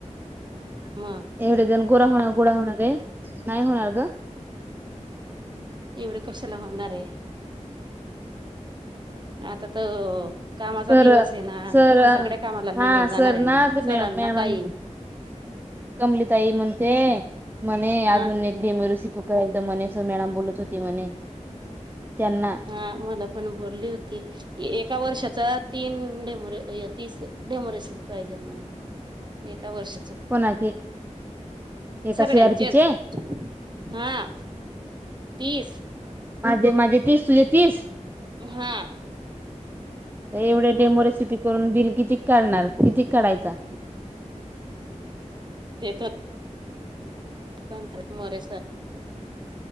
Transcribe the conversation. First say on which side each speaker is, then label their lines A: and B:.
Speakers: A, on the right; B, on the right.
A: मग
B: एवढे जण गोरा होणार गोळा होणारय. नाही होणार ग.
A: तेवढ कशाला होणार आहे आता त कामाचा
B: सर
A: दिवस आहे ना
B: सर
A: सगळ्या कामाला निगून
B: हा
A: जाणार
B: सर
A: आहे ना
B: ते
A: सरांना
B: मॅ मॅडम
A: काय आहे.
B: कमलीताई म्हणते म्हणे
A: ह
B: अजून एक डेमोरेसिपी होका एकदा मनिषा मॅडम बोलत होते म्हणे. त्यांना
A: हा मला पण बोलली होती की एक एका वर्षाचा तीन डेमोरे तीस डेमोरेसरी पाहिजे म्हणे. एका वर्षाच
B: कोणाचे एका
A: सगळ्यांचेच
B: सी आर पी चे
A: हा तीस
B: माझे माझे तीस तुझे तीस.
A: हां
B: तर एवढे डेमोरेसिपी करून बिल किती काढणार किती काढायचा. <inaudible>
A: <unintelligible> सर मोरे सर